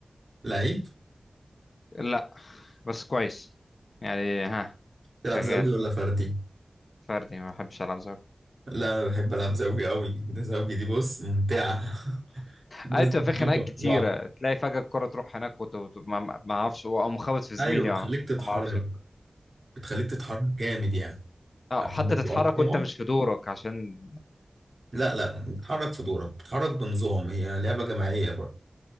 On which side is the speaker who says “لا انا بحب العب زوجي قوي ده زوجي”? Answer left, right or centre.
Right